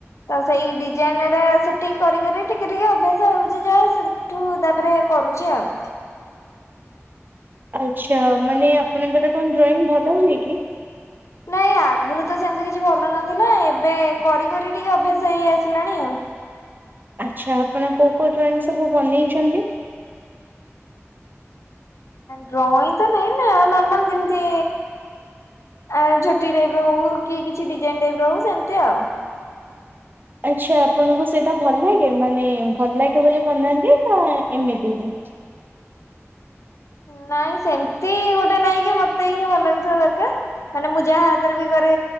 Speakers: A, on the left (about 75°); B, on the right (about 40°).
A: ତ ସେଇ ଡିଜାଇନରେ ସେଠିକି କରିକରି ଟିକେ ଟିକେ ଅଭ୍ୟାସ ହଉଛି ଯାହା ସେଉଠୁ ତାପରେ କରୁଛି ଆଉ।
B: ଆଛା ମାନେ ଆପଣଙ୍କର କଣ ଡ୍ରଇଂ ଭଲ ହୁଏ କି?
A: ନାଇଁ ଆଗରୁ ତ ସେମତି କିଛି ଭଲ ନଥିଲା ଏବେ କରି କରି ଟିକେ ଅଭ୍ୟାସ ହେଇ ଆସିଲାଣି ଆଉ।
B: ଆଛା ଆପଣ କୋଉଁ କୋଉଁ ଡ୍ରଇଂ ସବୁ ବନେଇଛନ୍ତି?
A: ଡ୍ରଇଂ ତ ନହିଁ ନା ନର୍ମାଲ ଯେମିତି ଆ ଝୋଟି ଟାଇପ୍ ର ହଉ କି କିଛି ଡିଜାଇନ ଟାଇପର୍ ହଉ ସେମତି ଆଉ।
B: ଆଛା ଆପଣଙ୍କୁ ସେଇଟା ଭଲ ଲାଗେ? ମାନେ ଭଲ ଲାଗେ ବୋଲି ବନାନ୍ତି ନା ଏମିତି ହିଁ।
A: ନାଇଁ ସେମତି ଗୋଟେ ନାଇଁ କି ମତେିଁ ହିଁ ଭଲ ଲାଗୁଥିବା ଦରକାର୍ ମାନେ ମୁଁ ଯାହା ହାତରେ ବି କରେ,